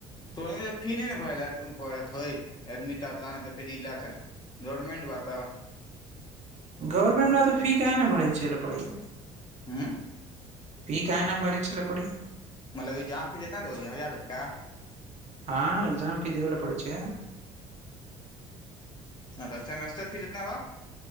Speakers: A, on the left; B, on the right.
A: तो फी नहि ने भर ल पड़त हइ एडमिट ल नहि तऽ फेर इलाला त गोरमेंट बा तऽ
B: गवर्नमेंटमे तऽ फी कहे ने भरै चै लए पड़ैए
A: उ
B: फी कहे न भरै छल पड़ी
A: मतलब ई जाम फीस इतना देबियै हजार रुपैया
B: हँ एग्जाम फी देब ल पड़ैय छै
A: ह तऽ सेमेस्टर फी केतना बा